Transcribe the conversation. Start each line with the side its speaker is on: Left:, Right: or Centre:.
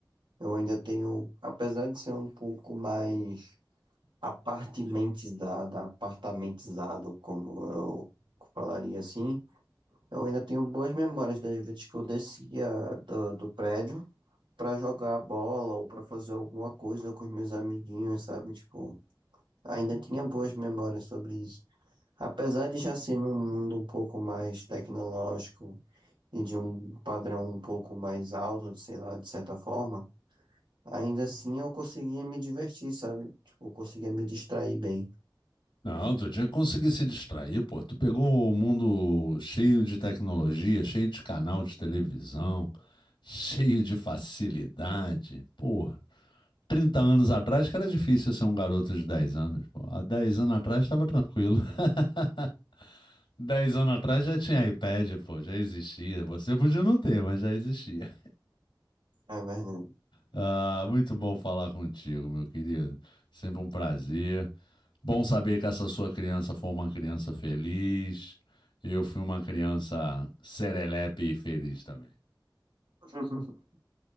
Right: Eu ainda tenho, apesar de ser um pouco mais apartimentizado, apartamentizado, como eu falaria assim, eu ainda tenho boas memórias das vezes que eu descia do, do prédio para jogar bola ou para fazer alguma coisa com os meus amiguinhos, sabe? Tipo, ainda tinha boas memórias sobre isso. Apesar de já ser num mundo um pouco mais tecnológico e de um padrão um pouco mais alto, sei lá, de certa forma, ainda assim eu conseguia me divertir, sabe? Tipo, eu conseguia me distrair bem.
Left: Não, tu tinha que conseguir se distrair, pô. Tu pegou o mundo cheio de tecnologia, cheio de canal de televisão, <laughs> cheio de facilidade, pô. 30 anos atrás que era difícil ser um garoto de 10 anos, pô. Há 10 anos atrás estava tranquilo. <laughs> 10 anos atrás já tinha iPad, pô, já existia. Você podia não ter, mas já existia.
Right: É verdade.
Left: Ah, muito bom falar contigo, meu querido. Sempre um prazer. Bom saber que essa sua criança foi uma criança feliz. Eu fui uma criança serelepe e feliz também.
Right: <laughs>